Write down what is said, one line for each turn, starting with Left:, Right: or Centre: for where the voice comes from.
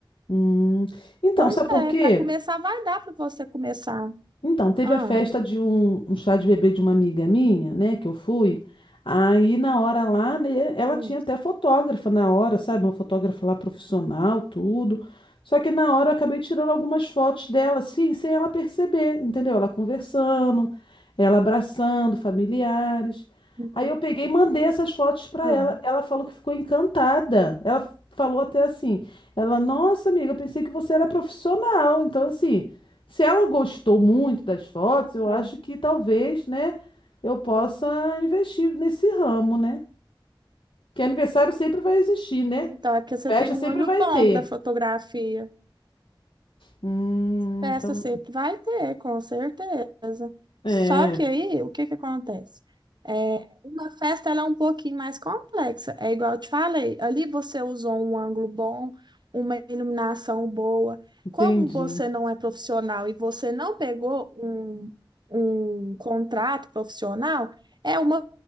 Left: Hum, Então,
Right: Pois
Left: sabe por
Right: é,
Left: quê?
Right: para começar vai dar para você começar.
Left: Então, teve
Right: Ah,
Left: a festa de um, um chá de bebê de uma amiga minha, né, que eu fui. Aí na hora lá, né, ela
Right: hum,
Left: tinha até fotógrafa na hora, sabe? Uma fotógrafa lá profissional, tudo. Só que na hora eu acabei tirando algumas fotos dela, assim, sem ela perceber, entendeu? Ela conversando, ela abraçando familiares.
Right: entendi.
Left: Aí eu peguei e mandei essas fotos para
Right: Ah,
Left: ela. Ela falou que ficou encantada. Ela falou até assim: ela, nossa, amiga, eu pensei que você era profissional. Então, assim. Se ela gostou muito das fotos, eu acho
Right: é.
Left: que talvez, né, eu possa investir nesse ramo, né? Que aniversário sempre vai existir, né?
Right: Então, é porque você
Left: Festa
Right: tem um
Left: sempre
Right: olho
Left: vai
Right: bom
Left: ter.
Right: para fotografia.
Left: Hum,
Right: Festa
Left: então,
Right: sempre vai ter, com certeza.
Left: é,
Right: Só que aí, o que que acontece? É, uma festa ela é um pouquinho mais complexa. É igual eu te falei, ali você usou um ângulo bom, uma iluminação boa.
Left: entendi.
Right: Como você não é profissional e você não pegou um, um contrato profissional, é uma